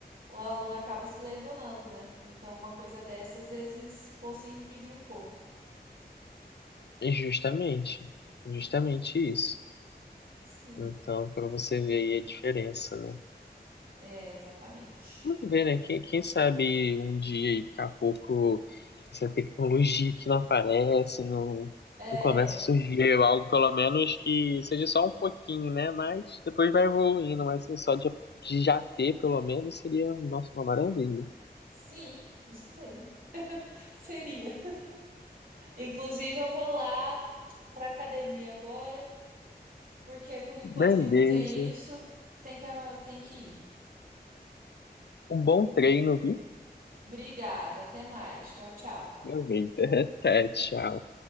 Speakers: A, on the right; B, on the left.
A: o aluno acaba se lesionando, né? Então uma coisa dessas às vezes fosse impedir um pouco.
B: E Justamente, justamente isso.
A: Sim,
B: Então, para você ver aí a diferença, né?
A: é exatamente.
B: Vamos ver, né? Quem, quem sabe um dia, aí, daqui a pouco, essa tecnologia que não aparece, não,
A: É,
B: não começa a surgir algo, pelo menos que seja só um pouquinho, né? Mas depois vai evoluindo, mas assim, só de, de já ter, pelo menos, seria, nossa, uma maravilha.
A: sim, isso mesmo. <laughs> Seria. Inclusive eu vou lá para academia agora. Porque por enquanto
B: Beleza.
A: que não tem isso, tem que, tem que ir.
B: Um bom treino, viu?
A: Obrigada, até mais. Tchau, tchau.
B: Aproveita. <laughs> Até, tchau.